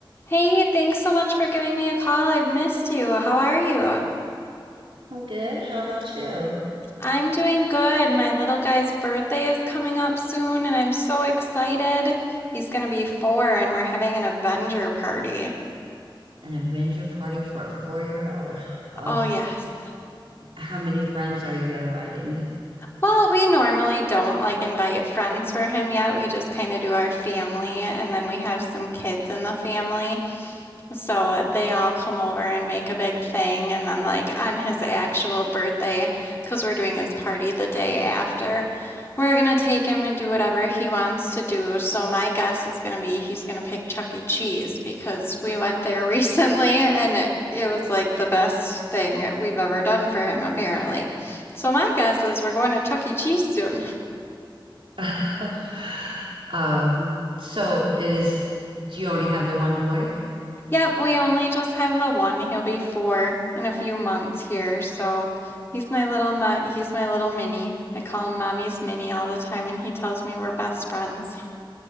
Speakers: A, on the left; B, on the right.
A: Hey, thanks so much for giving me a call. I've missed you. How are you?
B: I'm good. How about you?
A: I'm doing good. My little guy's birthday is coming up soon, and I'm so excited. He's going to be four, and we're having an Avenger party.
B: An Avenger party for a four-year-old. Oh,
A: Oh, yes.
B: How many friends are you inviting?
A: Well, we normally don't like invite friends for him yet. We just kind of do our family, and then we have some kids in the family. So uh, they all come over and make a big thing. And then, like, on his actual birthday, because we're doing his party the day after, we're going to take him and do whatever he wants to do. So, my guess is going to be he's going to pick Chuck E. Cheese because we went there <laughs> recently and it, it was like the best thing we've ever done for him, apparently. So, my guess is we're going to Chuck E. Cheese soon.
B: <laughs> Um, so is do you only have the one boy?
A: Yep, we only just have the one. He'll be four in a few months here, so he's my little mu he's my little mini. I call him Mommy's Mini all the time, and he tells me we're best friends.